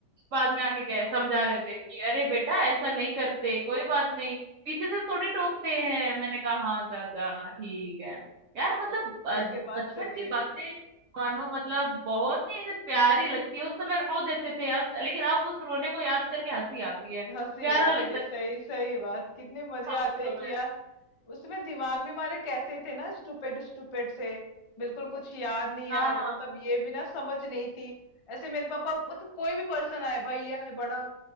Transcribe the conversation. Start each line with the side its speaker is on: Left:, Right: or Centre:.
Right: बाद
Left: हम्म,
Right: में आके कह समझा रहे थे कि अरे बेटा ऐसा नहीं करते कोई बात नहीं पीछे से थोड़ी टोकते हैं मैंने कहा हाँ चाचा ठीक है यार मतलब
Left: अब
Right: अ,
Left: उसके बाद
Right: बचपन
Left: से नहीं
Right: की बातें मानो मतलब बहुत ही ऐसे प्यारी लगती है उस समय रो देते थे यार लेकिन अब उस रोने को याद करके हंसी आती है
Left: हंसी
Right: प्यारा
Left: आती
Right: लगता
Left: है
Right: है
Left: सही सही बात कितने मजे
Right: था
Left: आते
Right: उस
Left: हैं
Right: समय
Left: कि यार उसमें दिमाग भी हमारे कैसे थे ना स्टूपिड स्टूपिड से बिल्कुल कुछ याद नहीं यार
Right: हाँ हाँ
Left: मतलब ये भी ना समझ नहीं थी ऐसे मेरे पापा मतलब कोई भी पर्सन आए भैया है बड़ा